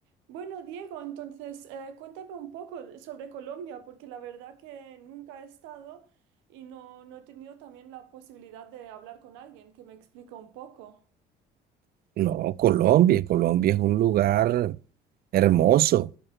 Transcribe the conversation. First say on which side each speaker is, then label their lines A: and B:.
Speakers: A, on the right (about 85°); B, on the right (about 50°).
A: Bueno, Diego, entonces eh, cuéntame un poco sobre Colombia, porque la verdad que nunca he estado y no, no he tenido también la posibilidad de hablar con alguien que me explique un poco.
B: No, Colombia, Colombia es un lugar hermoso.